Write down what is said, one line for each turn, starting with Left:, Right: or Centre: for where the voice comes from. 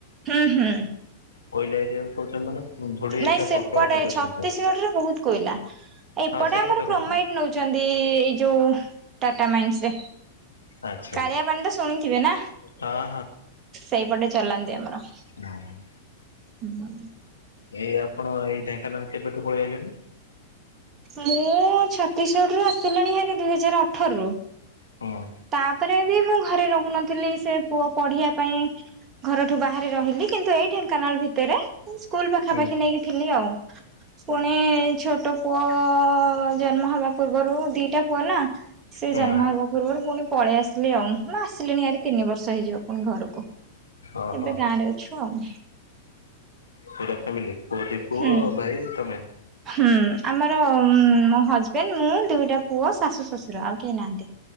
Right: ହୁଁ ହୁଁ।
Left: କୋଇଲା ଏରିଆକୁ କହୁଛନ୍ତି ମାନେ। ଧୂଳି
Right: ନାଇଁ
Left: ଏଟା
Right: ସେପଟେ
Left: ପ୍ରବଳ ପଲ୍ୟୁସନ
Right: ଛତିଶଗଡ
Left: ଥାଏ।
Right: ରେ ବହୁତ କୋଇଲା ଏପଟେ
Left: ହଁ ସେଇ
Right: ଆମର
Left: କଥା କହୁଛି
Right: କ୍ରୋମାଇଡ
Left: ପା
Right: ନଉ ଛନ୍ତି ଏଇ ଯୋଉ ଟାଟା ମାଇନ୍ସ ରେ।
Left: ଆଚ୍ଛା
Right: କାଳିଆ ପାଣି ତ ଶୁଣିଥିବେ ନା
Left: ହଁ
Right: ସେଇପଟେ ଚଲାନ୍ତି ଆମର।
Left: ନା ନା।
Right: ହୁଁ।
Left: ଏଇ ଆପଣ ଏଇ ଢେଙ୍କାନାଳ କେବେଠୁ ପଳେଇ ଆଇଲେଣି?
Right: ମୁଁ ଛତିଶଗଡ଼ରୁୁ ଆସିଲିଣି ହେରି ଦୁଇ ହଜାର ଅଠର ରୁ।
Left: ହଁ।
Right: ତାପରେ ବି ମୁଁ ଘରେ ରହୁନଥିଲି ସେ ପୁଅ ପଢିବା ପାଇଁ। ଘରଠୁ ବାହାରେ ରହିଲି କିନ୍ତୁ ଏଇ ଢେଙ୍କାନାଳ ଭିତରେ ସ୍କୁଲ ପାଖାପାଖି
Left: ହୁଁ
Right: ନେଇକି ଥିଲି ଆଉ। ପୁଣି ଛୋଟ ପୁଅ ଜନ୍ମ ହେବା ପୂର୍ବରୁ ଦିଟା ପୁଅ ନା। ସେ
Left: ହୁଁ।
Right: ଜନ୍ମ ହେବା ପୂର୍ବରୁ ପୁଣି ପଳେଇ ଆସିଲି ଆଉ ମୁ ଆସିଲିଣି ଆରି ତିନି ବର୍ଷ ହେଇଯିବ ପୁଣି ଘରକୁ
Left: ଓହୋ
Right: ଏବେ ଗାଁରେ ଅ ଛୁ ଆଉ।
Left: ପୁରା ଫ୍ୟାମିଲି ପୁଅ ଟି ପୁଅ
Right: ହୁଁ
Left: ଭାଇ ତମେ।
Right: ହୁଁ ଆମର ମୋ ହଜବେଣ୍ଡ ମୁଁ ଦୁଇଟା ପୁଅ ଶାଶୁ ଶଶୁର ଆଉ କେହି ନାହାନ୍ତି।